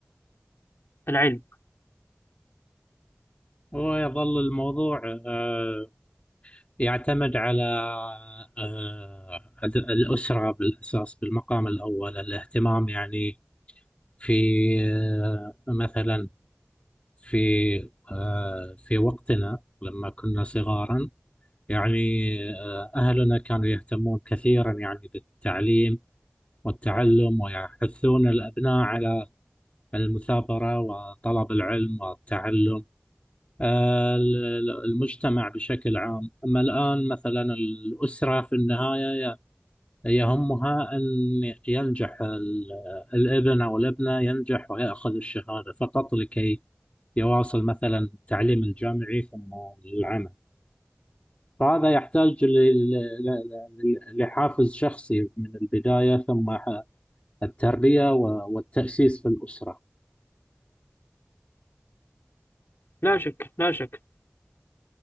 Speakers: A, on the left; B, on the left.
A: العلم
B: هو يظل الموضوع آه، يعتمد على آه، الأسرة بالأساس بالمقام الأول الاهتمام يعني في آه، مثلا في آه، في وقتنا لما كنا صغارا يعني آه، أهلنا كانوا يهتمون كثيرا يعني بالتعليم والتعلم ويحثون الأبناء على المثابرة وطلب العلم والتعلم آه، ال- ال- المجتمع بشكل عام أما الآن مثلا الأسرة في النهاية ي- يهمها أن ينجح ال- الابن أو الابنة ينجح ويأخذ الشهادة فقط لكي يواصل مثلا التعليم الجامعي ثم العمل فهذا يحتاج لل- لل- لحافز شخصي من البداية ثم ح- التربية و- والتأسيس في الأسرة
A: لا شك لا شك